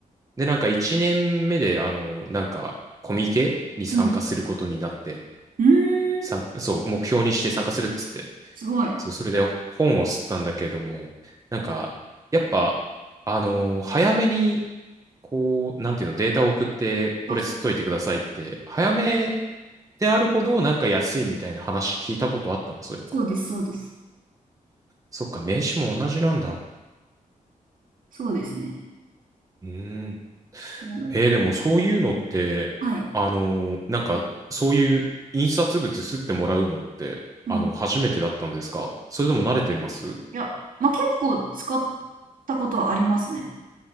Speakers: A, on the right (about 25°); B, on the right (about 75°).
A: で、なんか1年目で、あの、なんか、コミケに参加することになって、
B: うん。うーん。
A: 参そう、目標にして参加するっつって。
B: すごい。
A: そう、それで本を吸ったんだけれども、なんか、やっぱ、あの早めにこう、なんていうの、データを送って、これ吸っといてくださいって、
B: そうそうそう。
A: 早めであるほどなんか安いみたいな話聞いたことあったな、そういえば。
B: そうです、そうです。
A: そっか、名刺も同じなんだ。う
B: そうですね。
A: ーん。
B: なので、
A: えー、でもそういうのって、
B: はい。
A: あのーなんか、そういう印刷物吸ってもらうのって、
B: うん。
A: あの、初めてだったんですかそれとも慣れてます
B: いや、まあ、結構使ったことはありますね。